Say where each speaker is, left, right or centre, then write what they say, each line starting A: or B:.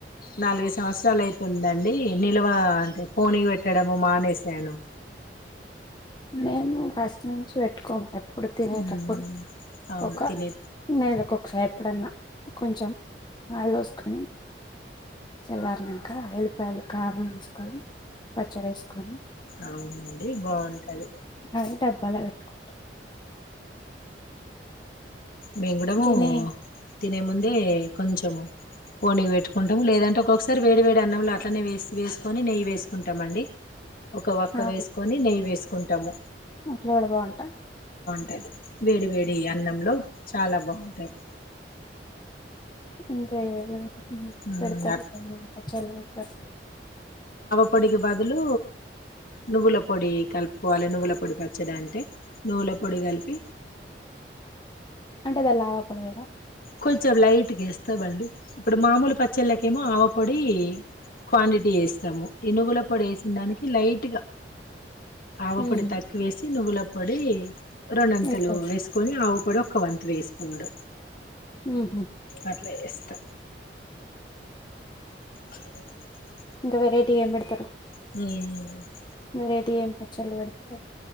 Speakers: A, on the left; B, on the left.
A: నాలుగైదు సంవత్సరాలు అయితుందండి నిల్వ అంటే పోని పెట్టడం ఓ మానేశాను
B: మేము ఫస్ట్ నుంచి పెట్టుకోము ఇప్పుడు తినేటప్పుడు
A: ఉమ్ అవును
B: ఒక
A: తినే
B: నెలకు ఒకసారి ఎప్పుడన్నా కొంచెం ఆయిల్ పోసుకొని చల్లారీనంక ఎల్లిపాయలు కారం వేసుకొని పచ్చడి వేసుకొని
A: అవునండి బాగుంటది
B: అది డబ్బాలా పెట్టుకుంటాం
A: మేం కూడాము
B: ఇంకేనే
A: తినే ముందే కొంచెము పోని పెట్టుకుంటాము లేదంటే ఒక్కొక్కసారి వేడి వేడి అన్నంలో అట్లనే వేసి వేసుకొని నెయ్యి వేసుకుంటామండి ఒక వక్క
B: అవును
A: వేసుకొని నెయ్యి వేసు కుంటాము
B: అట్లా కూడా బాగుంటా
A: ఉంటది వేడి వేడి అన్నంలో చాలా బాగుంటాది
B: ఇంకా ఏ
A: ఉమ్
B: పెడతారు
A: అట్
B: పచ్చలు పెడతారు
A: పొడికి బదులు నువ్వుల పొడి కలుపుకోవాలి నువ్వుల పొడి పచ్చడి అంటే నువ్వుల పొడి కలిపి
B: అంటే దాంట్ల ఆవపొడి పోయారా
A: కొంచెం లైట్ వేస్తామండి ఇప్పుడు మామూలు పచ్చళ్ళకు ఏమో ఆవ పొడి క్వాంటిటీ ఎస్ స్తము ఇనుగుల పొడి వేసిన దానికి లైట్గా ఆవపొడి
B: ఉహు
A: తక్కువ వేసి నువ్వుల పొడి రొండంతలు
B: ఎక్కువ
A: వేసుకొని ఆవపొడి ఒక్క వంతు వేసుకోవడం
B: ఉహు
A: అట్లా ఎస్తాం <inaudible>
B: ఇంకా వెరైటీి ఏం పెడతారు
A: ఉమ్
B: రేడి ఏం పచ్చలు పెడతారు